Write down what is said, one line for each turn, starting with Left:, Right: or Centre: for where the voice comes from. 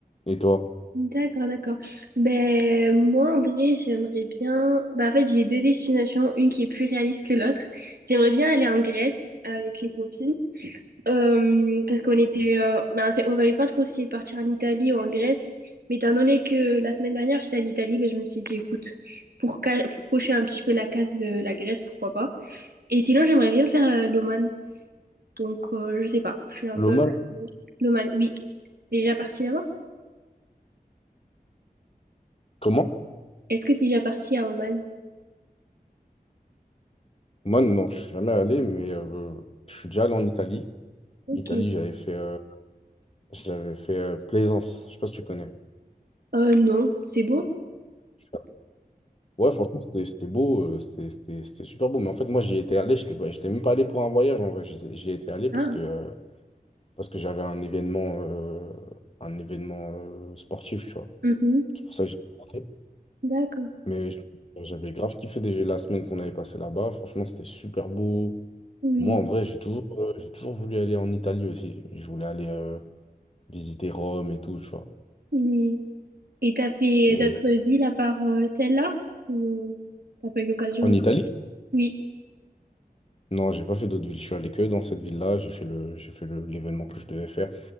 Left: Et toi?
Right: D'accord, d'accord. Ben, moi, en vrai, j'aimerais bien... Ben, en fait, j'ai deux destinations, une qui est plus réaliste que l'autre. J'aimerais bien aller en Grèce avec une copine. Euh, parce qu'on était, euh, ben, c'est- on savait pas trop si partir en Italie ou en Grèce, mais étant donné que la semaine dernière j'étais en Italie, ben, je me suis dit écoute, pour, ca- pour cocher un petit peu la case de la Grèce, pourquoi pas. Et sinon j'aimerais bien faire euh, l'Oman, donc euh, je sais pas, je suis un
Left: L'Oman,
Right: peu l'Oman, oui. Déjà parti là-bas?
Left: comment?
Right: Est-ce que t'es déjà parti à Oman?
Left: Oman, non, je suis jamais allé, mais euh, je suis déjà allé en Italie.
Right: Ok.
Left: Italie, j'avais fait, euh, j'avais fait euh, Plaisance. Je sais pas si tu connais.
Right: Euh, non, c'est beau.
Left: Je suis allé- Ouais, franchement, c'était c'était beau, euh, c'était c'était- c'était super beau. Mais en fait, moi, j'y étais allé, j'étais pas- j'étais même pas allé pour un voyage en vrai. J'y j'y étais allé parce
Right: Ah,
Left: que, euh, parce que j'avais un événement, euh, un événement euh, sportif, tu vois.
Right: mhm.
Left: C'est pour ça que j'y étais allé.
Right: D'accord.
Left: Mais j'avais grave kiffé déjà la semaine qu'on avait passée là-bas. Franchement, c'était super beau.
Right: Oui,
Left: Moi, en vrai, j'ai toujours, euh, j'ai toujours voulu aller en Italie aussi. Je voulais aller euh, visiter Rome et tout, tu vois.
Right: oui. Et t'as fait
Left: Et
Right: d'autres villes à part euh, celle-là? Ou euh, t'as pas eu l'occasion?
Left: en Italie?
Right: Oui,
Left: Non, j'ai pas fait d'autres villes. Je suis allé que dans cette ville-là. J'ai fait le, j'ai fait le- l'événement que je devais faire.